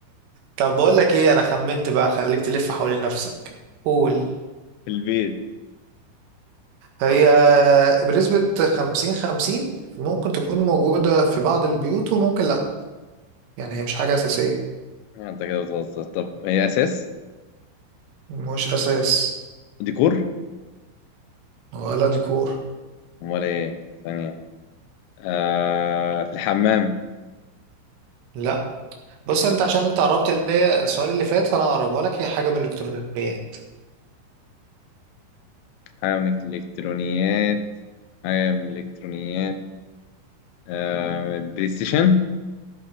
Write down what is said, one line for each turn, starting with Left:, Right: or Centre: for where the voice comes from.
Right: طب بقول لك ايه انا خمنت بقى خليك تلف حوالين نفسك قول
Left: في البيت
Right: هي بنسبة خمسين خمسين ممكن تكون موجودة في بعض البيوت وممكن لأ يعني هي مش حاجة أساسية
Left: انت كده بتهزر طب هي اساس
Right: مش أساس
Left: ديكور
Right: ولا ديكور
Left: امال ايه ثانية آه في الحمام
Right: لأ بص
Left: طب
Right: أنت عشان أنت قربت اللي هي السؤال اللي فات فأنا هقربها لك هي حاجة من الإلكترونيات
Left: حاجة من الالكترونيات حاجة من الالكترونيات آه بلاي ستيشن